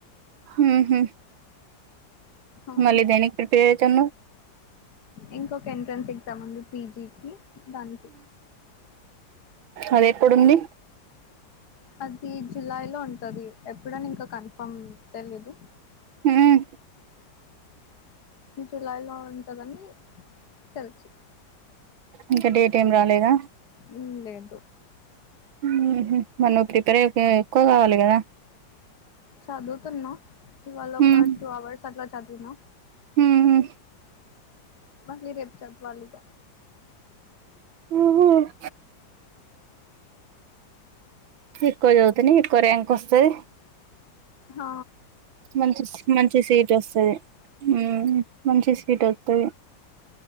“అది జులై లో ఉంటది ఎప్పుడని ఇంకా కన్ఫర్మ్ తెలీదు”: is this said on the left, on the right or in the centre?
Left